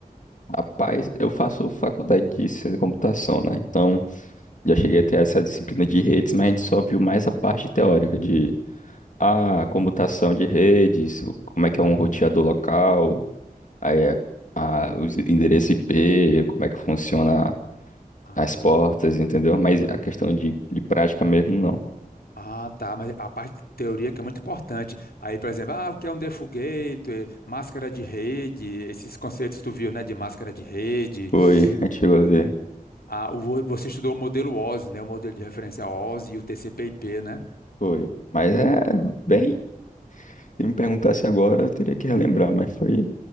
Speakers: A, on the left; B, on the left.
A: Rapaz, eu faço faculdade de ciência da computação, né? Então, já cheguei a ter essa disciplina de redes, mas a gente só viu mais a parte teórica de a computação de redes, o- como é que é um roteador local, aí é, a, os endereços IP, como é que funciona
B: Ah,
A: as portas, entendeu? Mas a questão de, de prática mesmo, não.
B: ah, tá, mas a parte teoria que é muito importante. Aí, por exemplo, ah, o que é um default gateway, máscara de rede, esses conceitos tu viu, né, de máscara de rede.
A: Foi, a gente chegou
B: E,
A: a ver.
B: ah, o- você estudou o modelo OSI, né, o modelo de referência OSI e o TCP/IP, né?
A: Foi. Mas é bem. Se me perguntasse agora, eu teria que relembrar, mas foi.